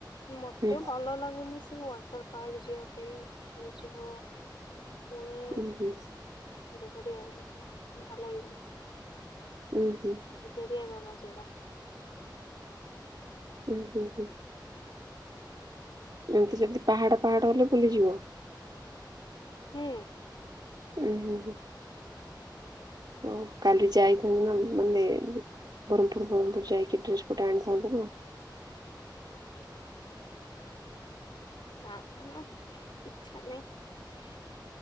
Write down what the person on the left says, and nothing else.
ମତେ
ଭଲ ଲାଗୁନି ସେ ୱାଟର ପାର୍କ ଯିବା ପାଇଁ ହେ ଯିବ ପୁଣି
ବେକାରିଆ ଭଲ ଲାଗିଲାନି।
<unintelligible> ସେଇଡ଼ା।
ହୁଁ।
ନା ନା ଇଛା ନାହିଁ।